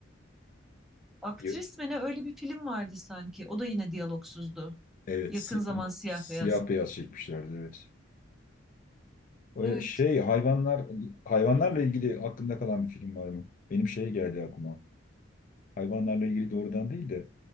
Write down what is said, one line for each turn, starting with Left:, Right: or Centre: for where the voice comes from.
Centre: Aktris
Left: Yo-
Centre: mi ne öyle bir film vardı sanki. O da yine diyalogsuzdu.
Left: Evet.
Centre: Yakın
Left: si-
Centre: zaman
Left: onu
Centre: siyah
Left: siyah
Centre: beyaz.
Left: beyaz çekmişlerdi. Evet. O
Centre: Evet.
Left: e, şey hayvanlar hayvanlarla ilgili aklında kalan bir film var mı? Benim şey geldi aklıma. Hayvanlarla ilgili doğrudan değil de